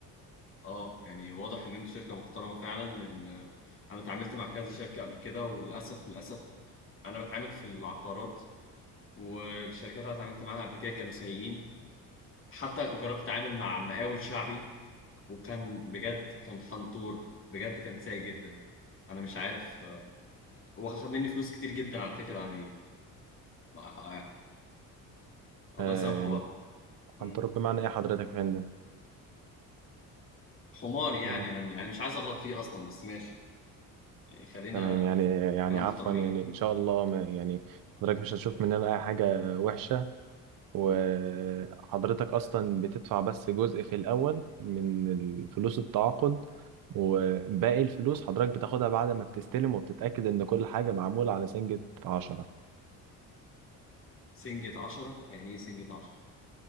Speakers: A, on the left; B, on the right.
A: اه يعني واضح ان انت شركه محترمه فعلا لان انا اتعاملت مع كذا شركه قبل كده وللاسف للاسف انا بتعامل في العقارات والشركات اللي أنا اتعاملت معاها قبل كده كانوا سيئين حتى جربت اتعامل مع مقاول شعبي وكان بجد كان حنطور بجد كان سيء جدا انا مش عارف آه، واخد مني فلوس كتير جدا على فكره يعني آه، الله
B: آه
A: يسامحه
B: يعني
A: بقى مم.
B: عن تراب بمعنى إيه حضرتك يا فندم؟
A: حمار يعني
B: آه.
A: انا يعني مش عايز اغلط فيه اصلا بس ماشي يعني خلينا
B: تمام يعني يعني
A: انا محترمين
B: عفوا يعني ان شاء الله ما يعني حضرتك مش هتشوف مننا اي حاجه وحشه وحضرتك
A: مم.
B: اصلا بتدفع بس جزء في الاول من فلوس التعاقد وباقي الفلوس حضرتك بتاخدها بعد ما بتستلم وبتتاكد ان كل حاجه معموله على سنجة عشرة
A: سنجة عشرة يعني ايه سنجة عشرة